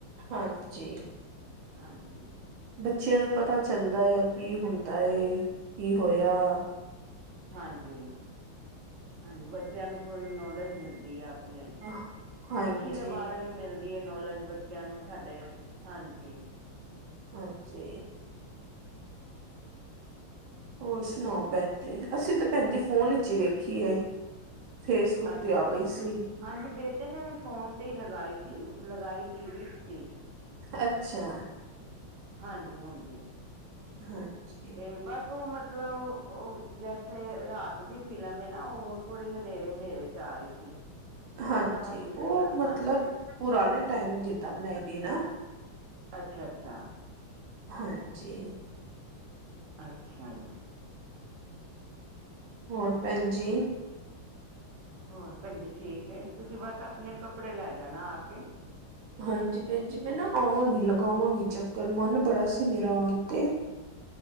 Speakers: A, on the right; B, on the right.
A: ਹਾਂਜੀ।
B: ਹਾਂਜੀ।
A: ਬੱਚਿਆਂ ਨੂੰ ਪਤਾ ਚੱਲਦਾ ਆ ਕੀ ਹੁੰਦਾ ਏ, ਕੀ ਹੋਇਆਂ।
B: ਹਾਂਜੀ, ਹਾਂਜੀ ਬੱਚਿਆਂ ਨੂੰ ਥੋੜ੍ਹੀ ਨੌਲੇਜ ਮਿਲਦੀ ਆ। ਆਪਣੇ,
A: ਹਾਂਜੀ।
B: ਸਿੱਖੀ ਦੇ ਬਾਅਦ ਵੀ ਮਿਲਦੀ ਹੈ, ਨੌਲੇਜ ਬੱਚਿਆਂ ਨੂੰ ਸਾਡੇ। ਹਾਂਜੀ।
A: ਹਾਂਜੀ। ਹੋਰ ਸੁਣਾਓ ਭੈਣ? ਤੇ ਅਸੀਂ ਤਾਂ ਭੈਣ ਜੀ ਫ਼ੋਨ ਵਿੱਚ ਈ ਵੇਖੀਏ, ਫੇਸਬੁੱਕ
B: ਅੱਛਾ
A: ਤੇ ਆ
B: ਜੀ
A: ਗਈ ਸੀ।
B: ਹਾਂਜੀ ਬੇਟੇ ਨੇ ਵੀ ਫ਼ੋਨ ਤੇ ਲਗਾਈ ਸੀ, ਲਗਾਈ ਟੀਵੀ 'ਚ ਸੀ।
A: ਅੱਛਾ,
B: ਹਾਂਜੀ- ਹਾਂਜੀ।
A: ਹਾਂਜੀ।
B: ਤੇ ਬਸ ਉਹ ਮਤਲਬ ਉਹ ਜੈਸੇ ਰਾਤ ਦੀ ਫ਼ਿਲਮ ਏ ਨਾ ਉਹ ਥੋੜ੍ਹੇ ਹਨੇਰੇ-ਹਨੇਰੇ 'ਚ ਚਾਅ ਰਹੀ ਸੀ। ਥੋੜ੍ਹੀ
A: ਹਾਂਜੀ,
B: ਸਮਝ ਨਹੀਂ
A: ਉਹ
B: ਸੀ ਆ
A: ਮਤਲਬ,
B: ਹਾਂਜੀ
A: ਪੁਰਾਣੇ ਟਾਈਮ ਜਿੱਦਾਂ, ਬਣਾਈ ਦੀ ਨਾ
B: ਅੱਛਾ- ਅੱਛਾ।
A: ਹਾਂਜੀ।
B: ਅੱਛਾ ਜੀ।
A: ਹੋਰ ਭੈਣ ਜੀ
B: ਹੋਰ ਭੈਣ ਜੀ ਠੀਕ ਐ ਤੁਸੀਂ ਬੱਸ ਆਪਣੇ ਕੱਪੜੇ ਲੈ ਜਾਣਾ ਆ ਕੇ
A: ਹਾਂਜੀ, ਭੈਣ ਜੀ ਮੈਂ ਨਾ ਆਵਾਂਗੀ ਲਗਾਵਾਂਗੀ ਚੱਕਰ ਮਨ ਬੜਾ ਮੇਰਾ ਆਉਣ ਤੇ